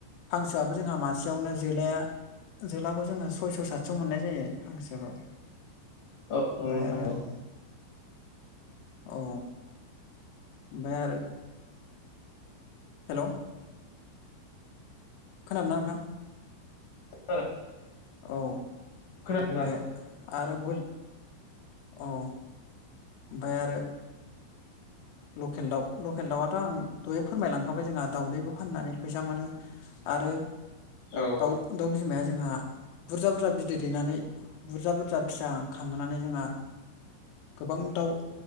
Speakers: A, on the left; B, on the left.
A: हांसोआबो जोंहा मासेयावनो जोलाया जोलाखौ जोङो सयस' सातस' मोननाय जायो। हांसोखौ
B: औ
A: ओमफ्राय
B: नंगौ नोंथां
A: आरो
B: औ
A: औ ओमफ्राय आरो हेल' खोनादों ना नोंथां?
B: खोनादों
A: औ
B: खोनादों
A: बे आरो बै औ ओमफ्राय आरो। लकेल दाउ लकेल दाउआथ' आं दहाय फोरमायलांखाबाय जोंहा दावदैबो फाननानै फैसा मोनो। आरो
B: औ
A: दाउ दाउ बिमाया जोंहा बुरजा बुरजा बिदै दैनानै बुरजा बुरजा फिसा खांहोनानै जोंहा गोबां दाउ